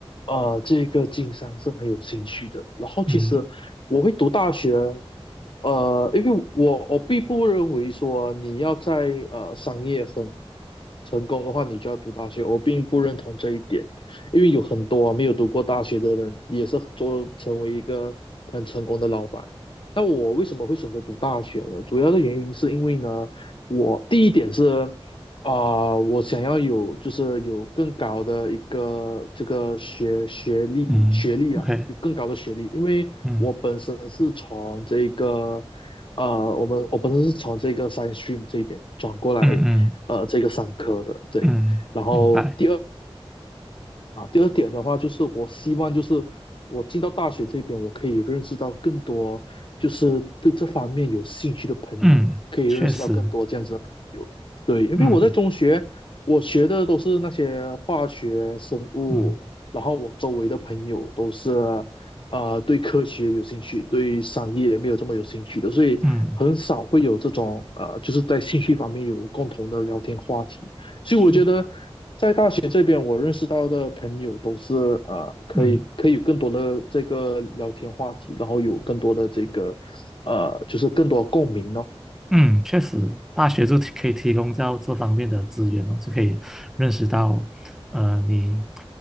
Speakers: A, on the left (about 55°); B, in the centre.
A: 呃这个经商是很有兴趣的。然后其实我会读大学，
B: 嗯
A: 呃，因为我我并不认为说你要在呃商业很成功的话，你就要读大学。我并不认同这一点，因为有很多啊没有读过大学的人也是做成为一个很成功的老板。那我为什么会选择读大学呢？主要的原因是因为呢。我第一点是啊、我想要有就是有更高的一个这个学学历学历啊，
B: 嗯，OK，
A: 有更高的学历，因为我本身是从这个
B: 嗯
A: 呃，我们我本身是从这个 science stream 这边转过来呃这个商科的，
B: 嗯嗯
A: 对。
B: 嗯，
A: 然后第二
B: 明白，
A: 啊第二点的话就是我希望就是我进到大学这边，我可以认识到更多就是对这方面有兴趣的朋友，
B: 嗯，
A: 可以认识到更多这样子的朋友。
B: 确实，
A: 对，因为我在中学我学的都是那些化学、
B: 嗯
A: 生物，
B: 嗯
A: 然后我周围的朋友都是呃对科学有兴趣，对商业没有这么有兴趣的，所以很少会有这种呃就是在兴趣方面有共同的聊天话题。
B: 嗯，
A: 所以我觉得
B: 确，
A: 这边我认识到的朋友都是呃，可以可以有更多的这个聊天话题，
B: 嗯。
A: 然后有更多的这个呃，就是更多共鸣哦。
B: 嗯，确实，大学就提可以提供到这方面的资源哦，就可以认识到，呃，你